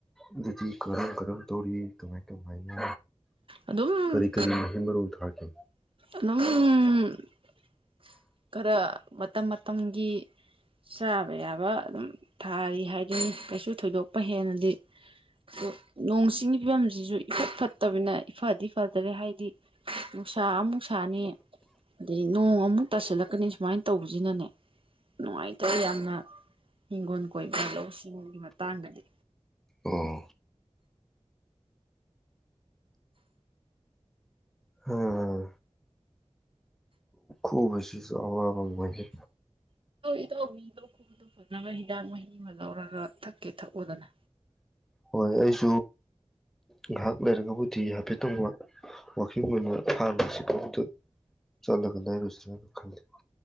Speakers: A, in the centre; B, on the right.
A: ꯑꯗꯨꯗꯤ ꯀꯔꯝ ꯀꯔꯝ ꯇꯧꯔꯤ ꯀꯃꯥꯏ ꯀꯃꯥꯏꯅ
B: ꯑꯗꯨꯝ
A: ꯀꯔꯤ ꯀꯔꯤ ꯃꯍꯩ ꯃꯔꯣꯡ ꯊꯥꯒꯦ
B: ꯑꯗꯨꯝ ꯈꯔ ꯃꯇꯝ ꯃꯇꯝꯒꯤ ꯆꯥꯕ ꯌꯥꯕ ꯑꯗꯨꯝ ꯊꯥꯔꯤ ꯍꯥꯏꯗꯨꯅꯤ ꯀꯩꯁꯨ ꯊꯣꯏꯗꯣꯛꯄ ꯍꯦꯟꯅꯗꯤ ꯑꯗꯨ ꯅꯣꯡꯁꯤꯡ ꯋꯥꯝꯁꯤ ꯁꯤꯁꯨ ꯏꯐꯠ ꯐꯠꯇꯕꯤꯅ ꯏꯐꯗꯤ ꯐꯗꯔꯦ ꯍꯥꯏꯗꯤ ꯅꯨꯡꯁꯥ ꯑꯃꯨꯛꯁꯥ ꯁꯅꯤ ꯑꯗꯨꯗꯒꯤ ꯅꯣꯡ ꯑꯃ ꯇꯁꯤꯜꯂꯛꯀꯅꯤ ꯁꯨꯃꯥꯏꯅ ꯇꯧꯕꯁꯤꯅꯅꯦ ꯅꯨꯡꯉꯥꯏꯇꯕ ꯌꯥꯝꯅ ꯍꯤꯡꯒꯣꯜ ꯀꯣꯏ ꯂꯧꯎ ꯁꯤꯡꯎꯒꯤ ꯃꯇꯥꯡꯗꯗꯤ
A: ꯎꯝ ꯑꯣ ꯈ ꯁꯤꯁꯨ ꯑꯋꯥꯣꯏꯦ
B: ꯏꯇꯧꯕꯤ ꯂꯣꯛꯈꯨꯕꯗꯣ ꯐꯅꯕ ꯍꯤꯗꯥꯛ ꯃꯍꯤ ꯑꯃ ꯂꯧꯔꯒ ꯊꯛꯀꯦ ꯊꯛꯎꯗꯅ
A: ꯍꯣꯏ ꯑꯩꯁꯨ ꯉꯥꯏꯍꯥꯛ ꯂꯩꯔꯒꯕꯨꯗꯤ ꯍꯥꯏꯐꯦꯠꯇꯪ ꯋꯀꯤꯡ ꯑꯣꯏꯅ ꯍꯥꯟꯕꯁꯤꯐꯥꯎꯗ ꯆꯠꯂꯒ ꯂꯩꯔꯨꯁ꯭ꯔꯅ ꯈꯜꯂꯤ